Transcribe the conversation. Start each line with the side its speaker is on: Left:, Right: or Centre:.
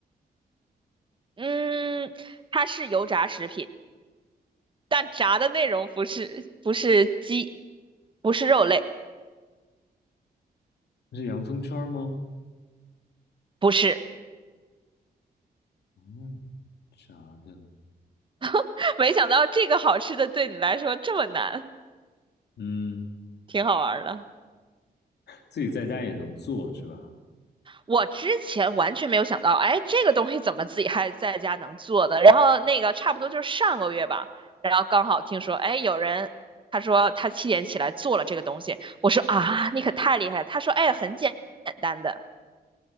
Right: 嗯，它是油炸食品，但炸的内容不是不是鸡，不是肉类，
Left: 那是洋葱圈儿吗？
Right: 不是。
Left: 嗯，炸的，
Right: <laughs> 没想到这个好吃的对你来说这么难，
Left: 嗯，
Right: 挺好玩儿的。
Left: 自己在家也能做是吧？
Right: 我之前完全没有想到，哎，这个东西怎么自己还在家能做的？然后那个差不多就是上个月吧，然后刚好听说，哎，有人他说他七点起来做了这个东西，我说啊，你可太厉害了。他说，哎，很简简单的，